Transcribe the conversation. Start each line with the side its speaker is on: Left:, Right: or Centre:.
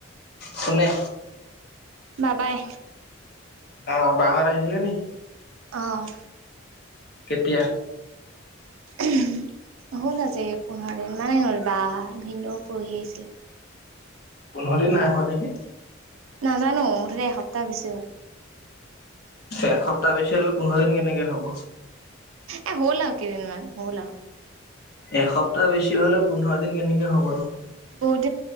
Left: কোনে?
Right: বাবাই।
Left: অ', বাহঁত আহিছিলে নি?
Right: অ'।
Left: কেতিয়া?
Right: <inaudible> হ'ল আজি পোন্ধৰ দিন মানে হ'ল বা অহা ভিনদেও পৰহি আহিছিলে।
Left: পোন্ধৰ দিন নাই হোৱা নেকি?
Right: নাজানো মুঠতে এসপ্তাহ বেছি হ'ল।
Left: এসপ্তাহ বেছি হ'লে, পোন্ধৰ দিন কেনেকে হ'ব?
Right: এ, হ'ল আও কেইদিনমান হ'ল আও।
Left: এসপ্তাহ বেছি হ'লে, পোন্ধৰ দিন কেনেকে হ'ব ন?
Right: <unintelligible> দহ